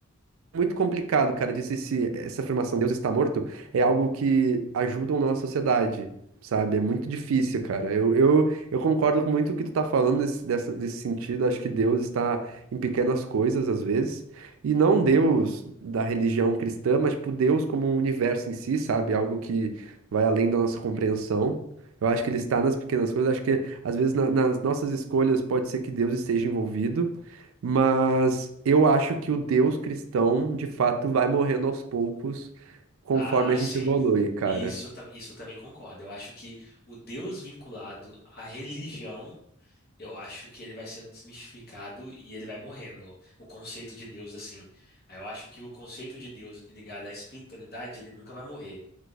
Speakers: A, on the right (about 80°); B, on the left (about 50°).
A: muito complicado, cara, dizer se essa afirmação Deus está morto é algo que ajuda ou não a sociedade, sabe? É muito difícil, cara. Eu, eu, eu concordo com muito o que tu tá falando nesse, dessa- nesse sentido. Acho que Deus está em pequenas coisas, às vezes. E não Deus da religião cristã, mas, tipo, Deus como um universo em si, sabe? Algo que vai além da nossa compreensão. Eu acho que ele está nas pequenas coisas. Acho que, às vezes, na- nas nossas escolhas, pode ser que Deus esteja envolvido. Mas eu acho que o Deus cristão, de fato, vai morrendo aos poucos conforme
B: Ah,
A: a
B: sim.
A: gente evolui, cara.
B: Isso, eu tam- isso eu também concordo. Eu acho que o Deus vinculado à religião, eu acho que ele vai sendo desmistificado e ele vai morrendo. O conceito de Deus, assim. Aí Eu acho que o conceito de Deus ligado à espiritualidade, ele nunca vai morrer.